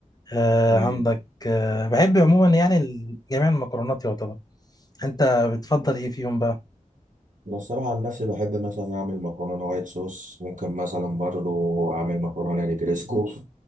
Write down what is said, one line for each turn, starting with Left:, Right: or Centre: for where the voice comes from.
Left: آه
Right: امم
Left: عندك آه بحب عموما يعني ال- جميع المكرونات يعتبر انت بتفضل ايه فيهم بقى
Right: انا الصراحة عن نفسي بحب مثلا اعمل مكرونة وايت صوص ممكن مثلا برضو اعمل مكرونة نجريسكو